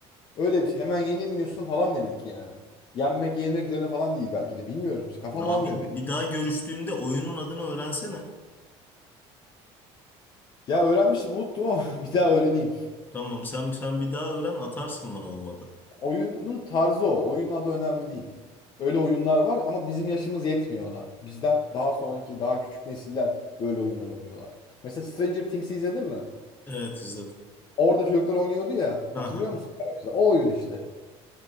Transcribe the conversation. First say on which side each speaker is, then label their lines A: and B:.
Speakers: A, on the left; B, on the left.
A: öyle bir şey. Hemen yenilmiyorsun falan demek ki yani. Yenmek yenilmek üzerine falan değil belki de. Bilmiyorum. İşte Kafam
B: Abi
A: almıyor beni.
B: bir daha görüştüğünde oyunun adını öğrensene.
A: Ya öğrenmiştim unuttum ama <laughs> bir daha öğreneyim.
B: Tamam sen sen bir daha öğren atarsın bana olmadı.
A: Oyunun tarzı o. Oyunun adı önemli değil. Öyle oyunlar var ama bizim yaşımız yetmiyor ona. Bizden daha sonraki daha küçük nesiller böyle oyunları oynuyorlar. Mesela Stranger Things'i izledin mi?
B: Evet izledim.
A: Orada çocuklar oynuyordu ya.
B: Aha.
A: Hatırlıyor musun? Garajda. O oyun işte.